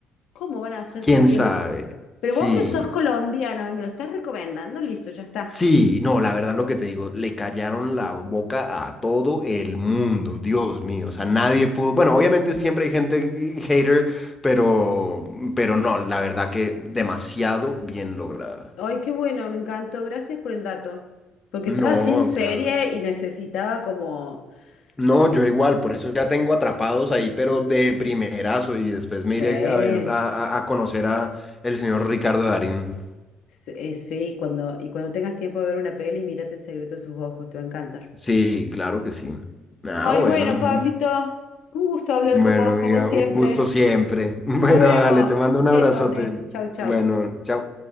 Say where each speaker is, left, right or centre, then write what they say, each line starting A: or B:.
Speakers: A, on the left (about 70°); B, on the left (about 20°).
A: ¿cómo van a hacer
B: quién
A: para que
B: sabe.
A: él... Pero
B: Sí,
A: vos que sos colombiano y me lo estás recomendando, listo, ya está.
B: sí, no, la verdad lo que te digo, le callaron la boca a todo el mundo, Dios mío, o sea, nadie pudo, bueno, obviamente siempre hay gente hater, pero, pero no, la verdad que demasiado bien lograda.
A: Ay, qué bueno, me encantó, gracias por el dato. Porque estaba
B: No,
A: sin serie
B: claro.
A: y necesitaba como,
B: No,
A: como,
B: yo igual, por eso ya tengo atrapados ahí, pero de primerazo y después me
A: sí,
B: iré a ver, a, a a conocer a el señor Ricardo Darín.
A: sí, sí, cuando, y cuando tengas tiempo de ver una peli, mírate El secreto de sus ojos, te va a encantar.
B: Sí, claro que sí. Ah,
A: Ay,
B: bueno.
A: bueno, Pablito, un gusto hablar
B: Bueno,
A: con vos
B: amiga,
A: como siempre.
B: un gusto siempre. <laughs> Bueno,
A: Nos vemos.
B: dale, te mando
A: Un
B: un abrazote.
A: besote. Chau, chau.
B: Bueno, chao.